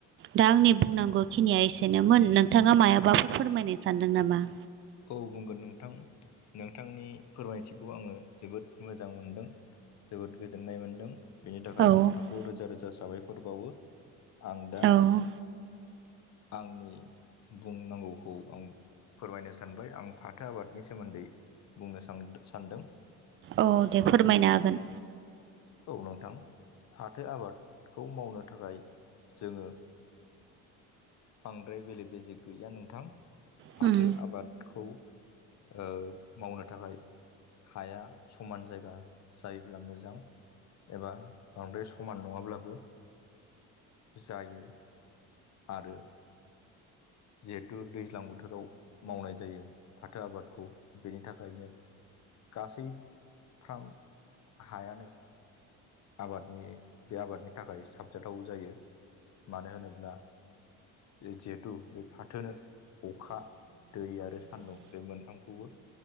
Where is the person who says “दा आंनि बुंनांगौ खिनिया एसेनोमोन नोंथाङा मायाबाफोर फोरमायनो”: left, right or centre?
Right